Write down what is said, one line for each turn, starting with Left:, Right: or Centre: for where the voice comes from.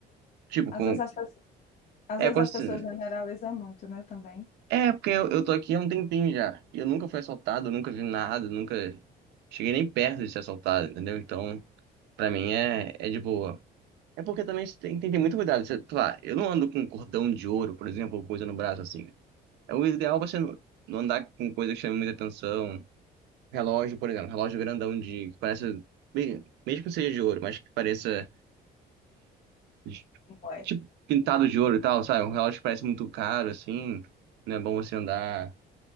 Right: Tipo, com...
Left: Às vezes as, pe- às
Right: É,
Left: vezes
Right: quando...
Left: as
Right: se-
Left: pessoas generalizam muito, né, também.
Right: é porque eu, eu tô aqui há um tempinho já. E eu nunca fui assaltado, nunca vi nada, nunca cheguei nem perto de ser assaltado, entendeu? Então, pra mim é, é de boa. É porque também você tem, tem que ter muito cuidado. Você, sei lá, eu não ando com um cordão de ouro, por exemplo, ou coisa no braço assim. É o ideal você não, não andar com coisa que chame muita atenção. Relógio, por exemplo, relógio grandão de, que parece, bem- mesmo que seja de ouro, mas que pareça de-
Left: Como é?
Right: tipo pintado de ouro e tal, sabe? Um relógio que parece muito caro, assim, não é bom você andar.